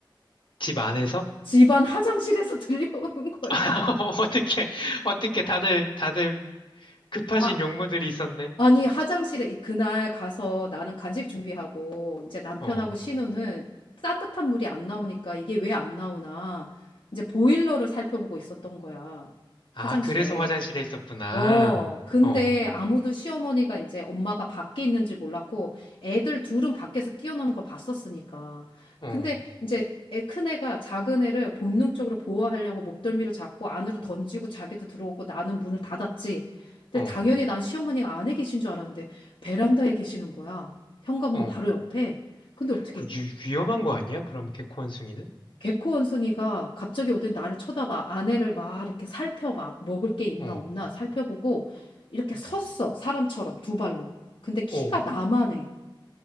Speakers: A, on the left (about 65°); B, on the left (about 80°).
A: 집 안에서?
B: 집안 화장실에서 <laughs> 들려오는 거야.
A: <laughs> 어떻게, 어떻게 다들, 다들 급하신
B: 아,
A: 용무들이 있었네.
B: 아니, 화장실에 이- 그날 가서 나는 간식 준비하고 이제 남편하고
A: 어.
B: 신우는 따뜻한 물이 안 나오니까 이게 왜 안 나오나 이제 보일러를 살펴보고 있었던 거야.
A: 아,
B: 화장실에.
A: 그래서 화장실에 있었구나.
B: 어, 근데
A: 어,
B: 아무도 시어머니가 이제 엄마가 밖에 있는지 몰랐고 애들 둘은 밖에서 뛰어노는 걸 봤었으니까.
A: 어,
B: 근데 이제 애, 큰 애가 작은 애를 본능적으로 보호하려고 목덜미를 잡고 안으로 던지고 자기도 들어오고 나는 문을 닫았지. 근데
A: 어,
B: 당연히 난 시어머니가 안에 계신 줄 알았는데 베란다에 계시는 거야. 현관문
A: 어.
B: 바로 옆에. 근데 어떻게?
A: 그 위, 위험한 거 아니야? 그럼 개코 원숭이는?
B: 개코 원숭이가 갑자기 어더 나를 쳐다봐. 아내를 막 이렇게 살펴봐. 먹을 게 있나
A: 어,
B: 없나 살펴보고 이렇게
A: 음.
B: 섰어. 사람처럼 두 발로. 근데 키가
A: 어.
B: 나만 해.